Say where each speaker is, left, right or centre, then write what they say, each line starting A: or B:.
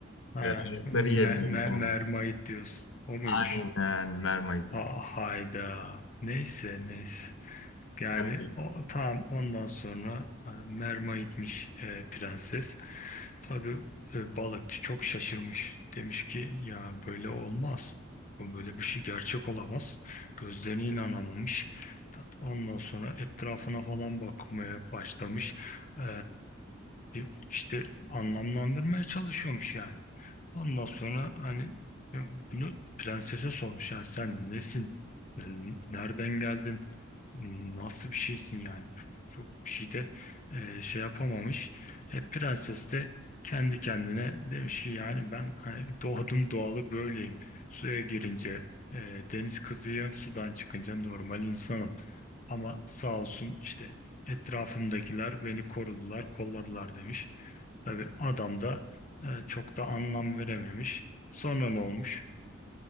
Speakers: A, on the left; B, on the left.
A: Ha,
B: Ee, ayakları
A: me-
B: yerine bir
A: me-
B: tane.
A: mermaid diyorsun. O muymuş?
B: Aynen mermaid.
A: Ha, hayda. Neyse neyse.
B: Sen
A: Yani
B: de-
A: o, tamam ondan sonra e, merma gitmiş e, prenses. Tabii e, balıkçı çok şaşırmış. Demiş ki ya böyle olmaz. Bu Böyle bir şey gerçek olamaz. Gözlerine inanamamış. Ta- Ondan sonra etrafına falan bakmaya başlamış. E, e, işte anlamlandırmaya çalışıyormuş yani. Ondan sonra hani e, bunu prensese sormuş ya sen nesin? Yani Nereden geldin? Nasıl bir şeysin yani? Çok bir şey de e, şey yapamamış. E, prenses de kendi kendine demiş ki yani ben hani doğdum doğalı böyleyim. Suya girince e, deniz kızıyım, sudan çıkınca normal insanım. Ama sağ olsun işte etrafımdakiler beni korudular, kolladılar demiş. Tabii adam da e, çok da anlam verememiş. Sonra ne olmuş?